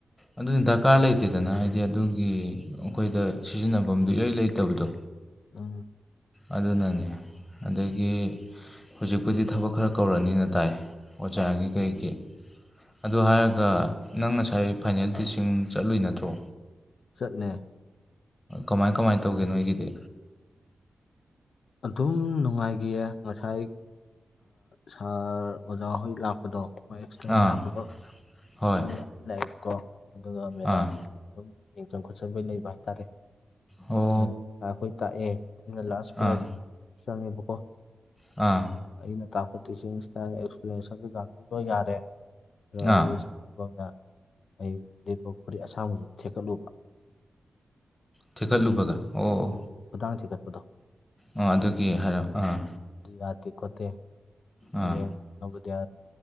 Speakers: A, on the left; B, on the left.
A: ꯑꯗꯨꯗꯤ ꯗꯀꯥꯔ ꯂꯩꯇꯦꯗꯅ ꯍꯥꯏꯗꯤ ꯑꯗꯨꯒꯤ ꯑꯩꯈꯣꯏꯗ ꯁꯤꯖꯤꯟꯅꯐꯝ ꯏꯔꯩ ꯂꯩꯇꯕꯗꯣ
B: ꯑ
A: ꯑꯗꯨꯅꯅꯦ ꯑꯗꯒꯤ ꯍꯧꯖꯤꯛꯄꯨꯗꯤ ꯊꯕꯛ ꯈꯔ ꯀꯧꯔꯛꯑꯅꯤꯅ ꯇꯥꯏ ꯑꯣꯖꯥꯒꯤ ꯀꯩꯒꯤ ꯑꯗꯨꯗ ꯍꯥꯏꯔꯒ ꯅꯪ ꯉꯁꯥꯏ ꯐꯥꯏꯅꯦꯜꯇꯤꯁꯤꯡ ꯆꯠꯂꯨꯏ ꯅꯠꯇ꯭ꯔꯣ
B: ꯆꯠꯅꯦ
A: ꯀꯃꯥꯏ ꯀꯃꯥꯏ ꯇꯧꯒꯦ ꯅꯣꯏꯒꯤꯗꯤ
B: ꯑꯗꯨꯝ ꯅꯨꯡꯉꯥꯏꯈꯤꯌꯦ ꯉꯁꯥꯏ ꯁꯥꯔ ꯑꯣꯖꯥꯍꯣꯏ ꯂꯥꯛꯄ ꯗꯣ ꯃꯣꯏ ꯑꯦꯛꯁꯇ꯭ꯔꯅꯦꯜ
A: ꯑꯥ
B: ꯂꯥꯛꯄꯗꯣ
A: ꯍꯣꯏ
B: ꯃꯣꯏ ꯑꯅꯤ ꯂꯥꯛꯑꯦꯕꯀꯣ ꯑꯗꯨꯒ ꯃꯦꯗꯥꯝꯗꯨ
A: ꯑꯥ
B: ꯑꯗꯨꯝ ꯌꯦꯡꯖꯟ ꯈꯣꯠꯆꯟꯕꯩ ꯂꯩꯕ ꯍꯥꯏꯇꯥꯔꯦ
A: ꯑꯣ
B: ꯍꯣꯏ ꯑꯈꯣꯏ ꯇꯥꯛꯑꯦ ꯑꯩꯅ ꯂꯥꯁ ꯄꯦꯔꯠ
A: ꯑꯥ
B: ꯆꯪꯉꯦꯕꯀꯣ
A: ꯑꯥ
B: ꯑꯩꯅ ꯇꯥꯛꯄ ꯇꯤꯆꯤꯡ ꯏꯁꯇꯥꯜ ꯑꯦꯛꯄꯦꯟꯅꯦꯁꯟ ꯀꯩꯀꯥ ꯂꯣꯏ ꯌꯥꯔꯦ ꯑꯗꯨꯒ
A: ꯑꯥ
B: ꯑꯩꯒꯤ ꯕꯪꯒ ꯑꯩ ꯂꯤꯠꯄ ꯐꯨꯔꯤꯠ ꯑꯁꯥꯡꯕꯗꯨ ꯊꯦꯛꯀꯠꯂꯨꯕ
A: ꯊꯤꯈꯠꯂꯨꯕꯒ ꯑꯣ ꯑꯣ
B: ꯈꯨꯗꯅ ꯊꯤꯒꯠꯄꯗꯣ
A: ꯑꯣ ꯑꯗꯨꯒꯤ ꯍꯥꯏꯔꯞ ꯑꯥ
B: ꯌꯥꯗꯦ ꯈꯣꯠꯇꯦ ꯍꯌꯦꯡ
A: ꯑꯥ
B: ꯅꯣꯚꯣꯗꯤꯌꯥ